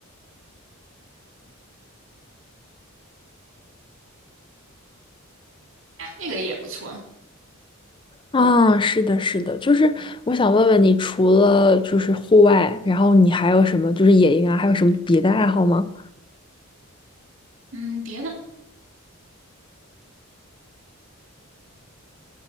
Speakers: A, on the right; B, on the left.
A: 那个也不错。
B: 啊，是的，是的，就是我想问问你，除了就是户外，然后你还有什么就是野营啊，还有什么别的爱好吗？
A: 嗯，别的